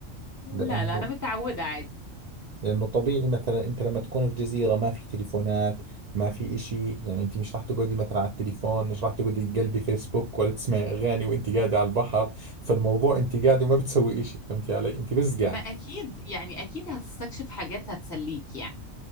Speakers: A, on the right; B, on the left.
A: لأنه
B: لا لا انا متعوده عادي
A: لأنه طبيعي مثلا أنت لما تكون في جزيرة ما في تليفونات ما في إشي يعني أنت مش راح تقعدي مثلا على التليفون مش راح تقعدي تقلبي فيسبوك ولا تسمعي أغاني وأنت قاعدة على البحر فالموضوع أنت قاعدة وما بتسوي إشي فهمتي علي أنت بس قاعدة
B: ما اكيد يعني اكيد هتستكشف حاجات هتسليك يعني